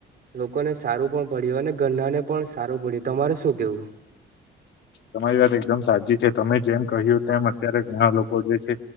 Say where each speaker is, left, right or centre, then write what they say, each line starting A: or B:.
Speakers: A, on the right; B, on the left.
A: લોકોને સારું પણ પડ્યું અને ઘરના ને પણ સારું પડ્યું તમારે શું કેવું?
B: તમારી વાત એકદમ સાચી છે, તમે જેમ કહ્યું તેમ અત્યારે ઘણા લોકો જે છે,